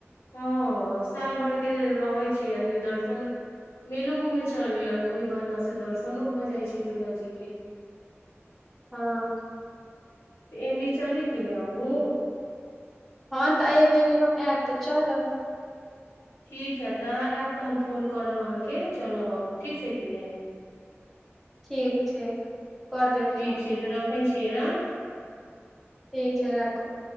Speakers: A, on the left; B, in the centre.
A: हँ साल भर के रहै छै आदमी दर्शन मेलो घूमे चल गेलक ओहि बहाने स दर्शनो भऽ जाइ छै दुर्गा जी के
B: हँ
A: तऽ एमरी चलबै की ने अंहूँ
B: हँ तऽ एबेरी हम आयब तऽ चलब
A: ठीक है तऽ अहाँ आयब तऽ हम फोन करब अहाँके चलब अहूँ ठीक छै की ने
B: ठीक ठीक कऽ देब
A: ठीक
B: फोन
A: छै <unintelligible>
B: ठीक छै राखू